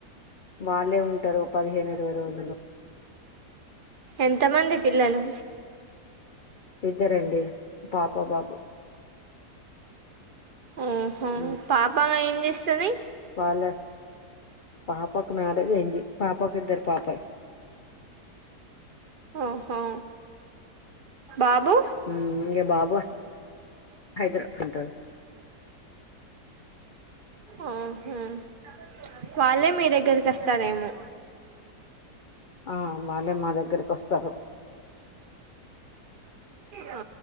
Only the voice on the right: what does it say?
ఎంతమంది పిల్లలు
ఉహ్మ్
పాప ఏం జేస్తది
ఓహో బాబు
ఉహ్మ్ వాళ్ళే మీ దగ్గర్కోస్తారేమో
ఆ